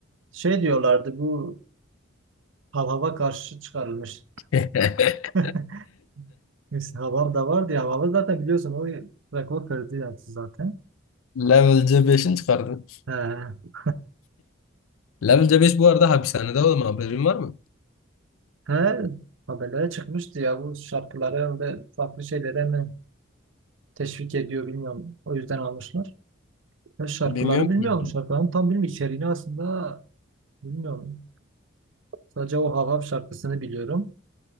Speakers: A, on the right; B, on the left.
A: Şey diyorlardı bu hava karşı çıkarılmış.
B: <laughs>
A: <laughs> Neyse Havav da vardı ya. Havav zaten biliyorsun o rekor kırdı yaptı zaten.
B: Level C5'in çıkardı.
A: He. <laughs>
B: Level C5 bu arada hapishanede oğlum haberin var mı?
A: He. Haberlere çıkmıştı ya bu şarkıları ve farklı şeylere mi teşvik ediyor bilmiyorum. O yüzden almışlar. Ben şarkıları
B: Bilmiyorum
A: bilmiyorum.
B: ki.
A: Şarkıların tam bilmiyorum. içeriğini aslında bilmiyorum. Sadece o Havav şarkısını biliyorum.